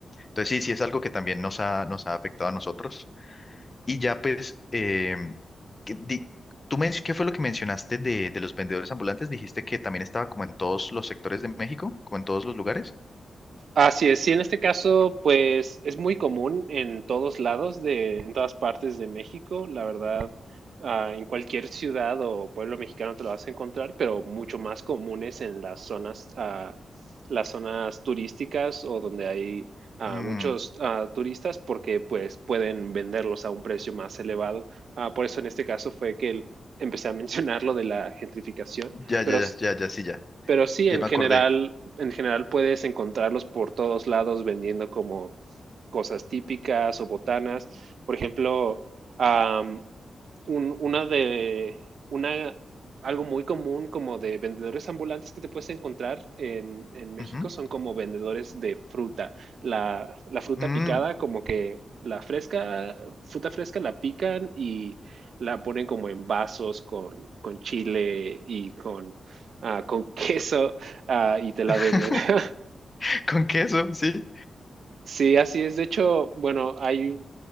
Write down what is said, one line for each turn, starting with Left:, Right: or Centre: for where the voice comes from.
Left: Entonces sí, sí es algo que también nos ha, nos ha afectado a nosotros. Y ya pues, eh, ¿qué, di- tú men- ¿qué fue lo que mencionaste de, de los vendedores ambulantes? Dijiste que también estaba como en todos los sectores de México, como en todos los lugares.
Right: Así es, sí, en este caso, pues es muy común en todos lados de, en todas partes de México, la verdad, ah, en cualquier ciudad o pueblo mexicano te lo vas a encontrar, pero mucho más comunes en las zonas, ah, las zonas turísticas o donde hay ah,
Left: Mm,
Right: muchos ah, turistas, porque pues pueden venderlos a un precio más elevado. Ah, por eso en este caso fue que el- empecé a mencionar lo de la gentrificación,
Left: ya,
Right: pero
Left: ya, ya, ya, ya, sí, ya.
Right: pero sí,
Left: Ya
Right: en
Left: me
Right: general,
Left: acordé.
Right: en general puedes encontrarlos por todos lados vendiendo como cosas típicas o botanas. Por ejemplo, am, un- una de una algo muy común como de vendedores ambulantes que te puedes encontrar en, en México
Left: Ujú.
Right: son como vendedores de fruta. La, la fruta
Left: Mm,
Right: picada, como que la fresca, fruta fresca la pican y la ponen como en vasos con, con chile y con, ah, con <laughs> queso, ah, y te la
Left: <laughs>
Right: venden. <laughs>
Left: con queso, sí.
Right: Sí, así es. De hecho, bueno, hay